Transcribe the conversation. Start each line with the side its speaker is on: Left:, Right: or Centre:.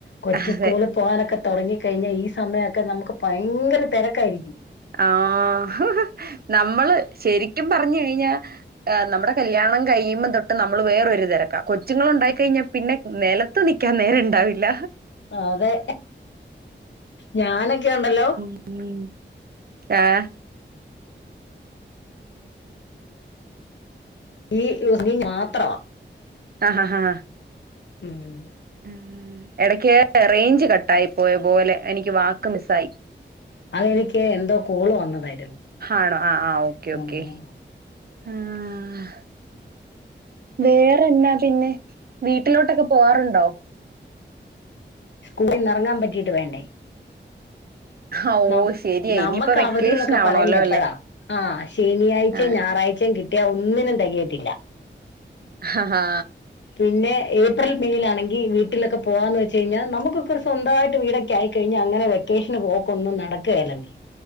Left: കൊച്ച്
Right: അതെ
Left: സ്കൂള് പോആനൊക്കെ തൊടങ്ങി കഴിഞാ ഈ സമയൊക്കെ നമുക്ക് ഭയങ്കര തെരക്കായിരിക്കും.
Right: ആഹ് നമ്മള് ശരിക്കും പറഞ് കഴിഞ്ഞാ നമ്മടെ കല്യാണം കഴിയുമ്പം തൊട്ട് നമ്മള് വേറൊരുതെരക്ക. കൊച്ചുങ്ങളുണ്ടായി കഴിഞ്ഞാ പിന്നെ നെലത്ത് നിക്കാൻ നേരണ്ടാവില്ല.
Left: അതെ ഞാനൊക്കെണ്ടല്ലോ
Right: ഉം ആഹ്
Left: ഈ ഉരുളി മാത്രവാ
Right: അഹാ ഹാ ഹാ
Left: ഉം
Right: ഉം എടക്ക് റെയിഞ്ച് കട്ടായിപ്പോയ പോലെ എനിക്ക് വാക്ക് മിസ്സായി
Left: അതെനിക്കെ എന്തോ കോള് വന്നതായിരുന്നു
Right: ആണോ ആഹ് ആഹ് ഓക്കെ
Left: ഉം
Right: ഓക്കെ
Left: ഉം
Right: ആഹ് വേറെന്നാ പിന്നെ വീട്ടിലോട്ടൊക്കെ പോവാറുണ്ടോ
Left: സ്കൂളിന്ന് ഇറങ്ങാൻ പറ്റിയിട്ട് വേണ്ടെ
Right: ഓ
Left: ന
Right: ശരിയാ
Left: നമ്മക്ക്
Right: ഇനിയിപ്പോ വെക്കേഷൻ
Left: അവധി എന്നൊക്കെ
Right: ആവണല്ലോ
Left: പറയുന്നേ എപ്പഴാ
Right: അല്ലേ
Left: ആഹ് ശനിയാഴ്ചയും
Right: ആഹ്
Left: ഞായറാഴ്ചയും കിട്ടിയ ഒന്നിനും തികയത്തില്ല
Right: ആഹാ ആഹാ
Left: പിന്നെ ഏപ്രിൽ മെയിലാണെങ്കിൽ വീട്ടിലൊകെ പോകാന്ന് വെച്ച് കഴിഞ്ഞാൽ നമുക്കൊക്കെ ഒരു സ്വന്തമായിട്ട് വീടൊക്കെ ക്കെ ആയിക്കഴിഞ്ഞ അങ്ങനെ വെക്കേഷന് പോക്ക് ഒന്നും നടക്കുകയല്ലന്നെ